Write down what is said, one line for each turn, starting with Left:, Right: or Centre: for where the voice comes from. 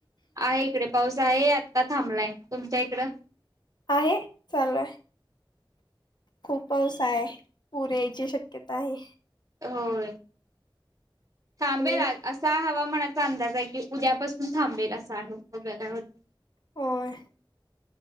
Right: आहे इकडे पाऊस आहे आत्ता थांबलाय तुमच्या इकडं
Left: आहे चालूय खूप पाऊस हाय पूर यायची शक्यता आहे
Right: होय थांबेल
Left: आणि
Right: आज असा हवामानाचा अंदाज आहे की उद्यापासून थांबेल असा आहे बघूया काय होतय
Left: होय